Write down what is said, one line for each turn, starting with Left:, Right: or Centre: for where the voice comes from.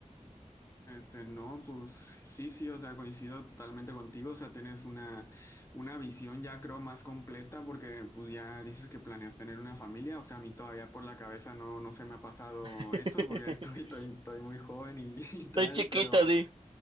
Left: este, no, pues sí, sí, o sea, coincido totalmente contigo, o sea, tienes una, una visión ya creo más completa porque pues ya dices que planeas tener una familia, o sea, a mí todavía por la cabeza no, no se me ha pasado
Right: <laughs>
Left: eso porque <laughs> estoy, estoy, estoy muy joven y, y
Right: Estoy
Left: tal,
Right: chiquito,
Left: pero...
Right: di.